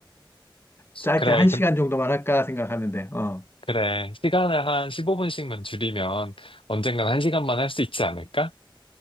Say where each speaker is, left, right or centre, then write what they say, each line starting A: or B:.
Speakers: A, on the left; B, on the left.
A: 짧게
B: 그래,
A: 한
B: 그,
A: 시간 정도만 할까 생각하는데, 어.
B: 그래. 시간을 한 15분씩만 줄이면 언젠간 한시간만 할 수 있지 않을까?